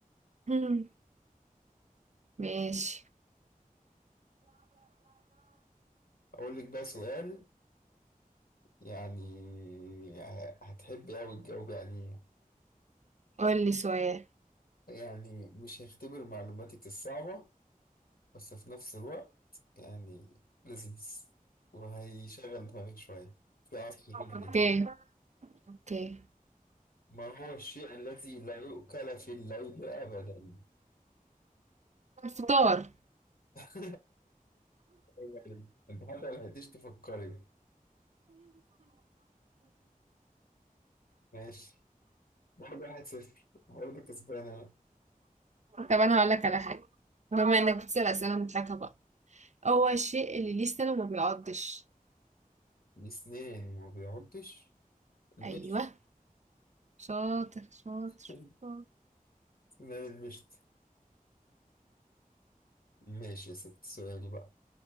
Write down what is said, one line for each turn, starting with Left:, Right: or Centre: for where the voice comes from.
Right: <laughs> مم. ماشي
Left: أقول لك بقى سؤال يعني ه- هتحبي أوي الجو يعني
Right: قول لي سؤال
Left: يعني مش هيختبر معلوماتك الصعبة بس في نفس الوقت يعني لذيذ وهيشغل دماغك شوية في عصف ذهني
Right: اوكي
Left: كده
Right: اوكي
Left: ما هو الشيء الذي لا يؤكل في الليل أبدا
Right: الفطار
Left: <laughs> يعني أنت حتى ما لحقتيش تفكري ماشي برضه واحد صفر برضه كسبان أنا
Right: طب انا هقول لك على حاجه بما انك بتسال اسئله مضحكه بقى هو الشيء اللي ليه سنه وما بيعضش
Left: الأسنان ما بيعضش المشط
Right: ايوه شاطر شاطر
Left: <laughs>
Right: شاطر
Left: أسنان المشط ماشي يا ست سؤالي بقى